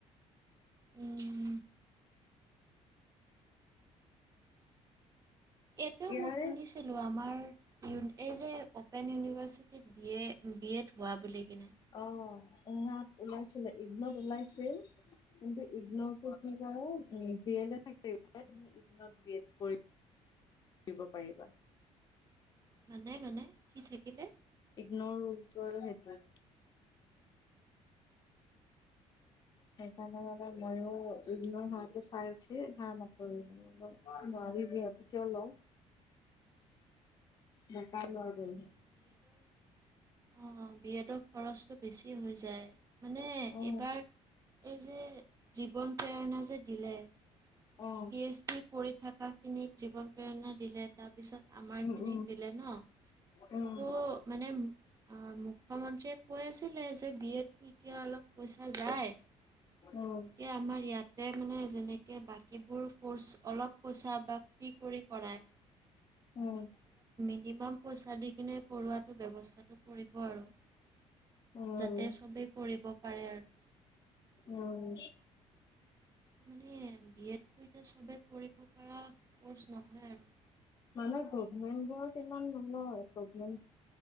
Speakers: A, on the right (about 25°); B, on the left (about 35°).
A: উম, এইটো
B: ইয়াৰে
A: শু শুনিছিলো আমাৰ এই যে অপেন ইউনিভাৰ্চিটিত বি এ বি এড হোৱা বুলি কিনে
B: অঁ আহ উ ওলাইছিলে ইগ্নুত ওলাইছিল কিন্তু ইগ্নুৰটো কি কৰে <unintelligible> ইগ্নুত বি এড কৰিব পাৰিবা
A: মানে মানে কি থাকিলে
B: ইগ্নুৰ <unintelligible> সেইটোৱে সেইকাৰণে মানে ময়ো দুদিনৰ হাঁহটো চাই উঠি হাঁহ নাপো <unintelligible> নোৱাৰি যিহতে <unintelligible> কিয় <unintelligible> লওঁ ন কাল আ <unintelligible>
A: অ বিএডৰ খৰচটো বেছি হৈ যায় মানে
B: উম
A: এইবাৰ যে জীৱন প্ৰেৰণা যে দিলে
B: উম
A: পি এইচ ডি কৰি থকাখিনিক জীৱন প্ৰেৰণা দিলে তাৰপিছত আমাৰ
B: উম
A: খিনিক দিলে ন
B: উম
A: ত মানে মুখ্যমন্ত্ৰ্ৰী কৈ আছিলে যে বি এডটো এতিয়া অলপ পইচা যায় এতিয়া
B: উম
A: আমাৰ ইয়াত তে মানে যেনেক োৰ <unintelligible> অলপ পইছা <unintelligible> কৰি পৰাই
B: উম
A: মিনিমাম পইচা দি কিনে কৰোৱাটো ব্যৱস্থাটো কৰিব আৰু
B: উম
A: যাতে সবেই কৰিব পাৰে আৰু
B: উম
A: মানে বিয়ে তিয়া <unintelligible> সবে কৰিব পৰা কৰ্চ নহয় আৰু
B: মানে গভমেন্ট বত ইমান নলয় গট <unintelligible>